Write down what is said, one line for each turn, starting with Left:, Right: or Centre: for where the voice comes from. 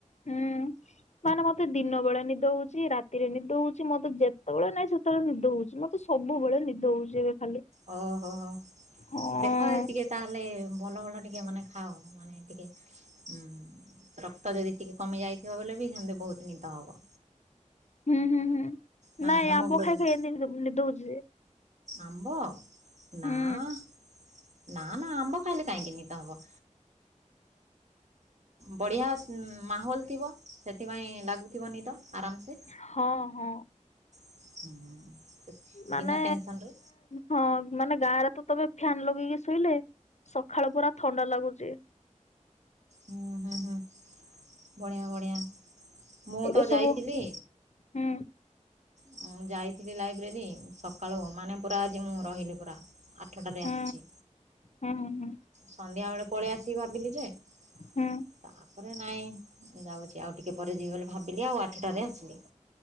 Left: ହୁଁ। ମାନେ ମତେ ଦିନ ବେଳେ ନିଦ ହଉଚଛି ରାତିରେ ନିଦ ହଉଛି ମତେ ଯେତେବେଳେ ନାହିଁ ସେତେବେଳେ ନିଦ ହଉଛି ମତେ ସବୁବେଳେ ନିଦ ହଉଛି ଏବେ ଖାଲି
Right: ଓହୋ ହୋ
Left: ହଁ।
Right: ଦେଖ ଟିକେ ତାହେଲେ ଭଲ ଭଲ ଟିକେ ମାନେ ଖାଉ ମାନେ ଟିକେ ଉଁ ରକ୍ତ ଯଦି ଟିକେ କମି ଯାଇଥିବ ବଲେ ବି ସେମିତି ବହୁତ ନିଦ ହବ।
Left: ହୁଁ ହୁଁ ହୁଁ।
Right: ମାନେ
Left: ନାଇଁ
Right: ହେମୋଗ୍ଲୋବିନ୍
Left: ଆମ୍ବ ଖାଇକାଇ ଏମତି ନିଦ ହୋଉଛି ଯେ
Right: ଆମ୍ବ ନାଁ
Left: ହୁଁ
Right: ନା ନା ଆମ୍ବ ଖାଇଲେ କାହିଁକି ନିଦ ହବ ବଢ଼ିଆ ମାହୋଲ ଥିବ ସେଥିପାଇଁ ଲାଗୁଥିବ ନିଦ ଆରାମସେ
Left: ହଁ ହଁ।
Right: ହୁଁ।
Left: ମାନେ
Right: ବିନା ଟେନସନ୍ରେ
Left: ହଁ ମାନେ ଗାଁ ତ ତମେ ଫ୍ୟାନ ଲଗେଇକି ଶୋଇଲେ ସକାଳ ପରା ଥଣ୍ଡା ଲାଗୁଛି।
Right: ହୁଁ ହୁଁ ହୁଁ ବଢିଆ ବଢିଆ ମୁଁ
Left: ଏବେ
Right: ତ
Left: ସବୁ
Right: ଯାଇଥିଲି
Left: ହୁଁ
Right: ମୁଁ ମୁଁ ଯାଇଥିଲି ଲାଇବ୍ରେରୀ ସକାଳୁ ମାନେ ପୁରା ଆଜି ମୁଁ ରହିଲି ଆଠଟାରେ
Left: ହୁଁ
Right: ଆସିଛି
Left: ହୁଁ ହୁଁ ହୁଁ।
Right: ସନ୍ଧ୍ୟା ବେଳେ ପଳେଇ ଆସିକି ଭାବିଲି ଯେ ତା
Left: ହୁଁ
Right: ତାରେ ନାଇଁ ଯାଉଛି ଆଉ ଟିକେ ପରେ ଯିବି ବୋଲି ଭାବିଲି ଆଉ ଆଠଟାରେ ଆସିଲି।